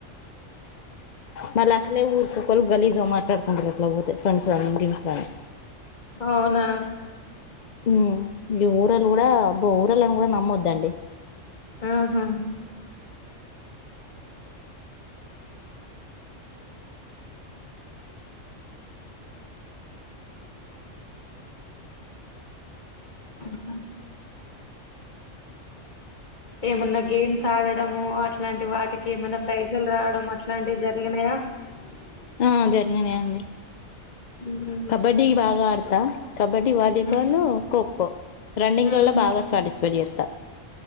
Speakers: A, on the left (about 55°); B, on the left (about 40°).
A: మళ్ అసలే ఊరుకొక్కల్లు గలీజ్ మాట్లాడుకుంట్ర అలా పోతే ఫ్రెంస్గాని గిమ్స్ రాని
B: అవున
A: ఉమ్ ఈ ఊరళ కూడా ఊరళని కూడా నమ్మద్దండి
B: ఆహా ఆహా ఏమున్నా గేమ్స్ ఆడడము అట్లాంటి వాటికి ఏమైన్నా ప్రైజ్లు రావడం అట్లాంటివి జరిగినాయా అ
A: ఆ జరిగినాయి అండి
B: మ్మ్
A: కబడ్డీ బాగా ఆడతా కబడ్డీ వాలీబాలు
B: హ్మ్
A: ఖోఖో రన్నింగ్లాల్లో
B: మ్మ్
A: బాగా సాటిస్ఫైడ్ జెత్త